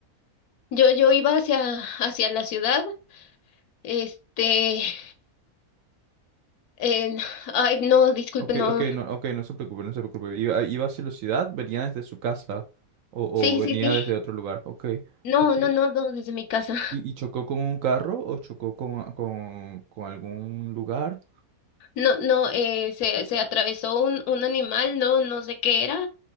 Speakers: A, on the left; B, on the right.
A: Yo, yo iba hacia, hacia la ciudad, este. Eh, ay, no, disculpe,
B: Ok,
A: no.
B: ok, no, ok, no se preocupe, no se preocupe. Iba, iba hacia la ciudad, venía desde su casa o,
A: Sí,
B: o venía
A: sí, sí.
B: desde otro lugar. Ok,
A: No,
B: ok.
A: no, no, no, desde mi casa.
B: ¿Y, y chocó con un carro o chocó con, con, con algún lugar?
A: No, no, eh, se, se atravesó un, un animal, no, no sé qué era.